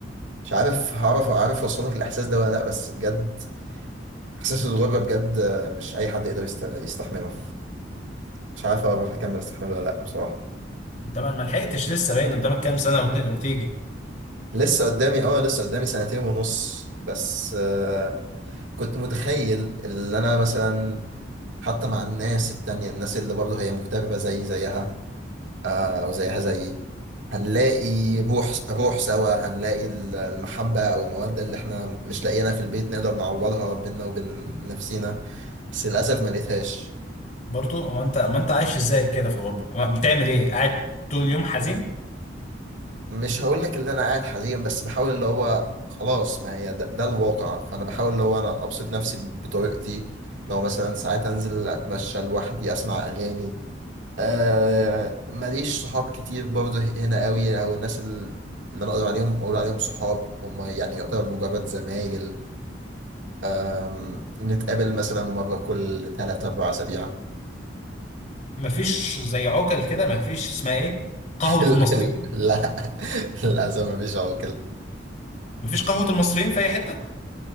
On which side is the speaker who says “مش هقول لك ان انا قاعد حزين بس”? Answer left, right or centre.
Right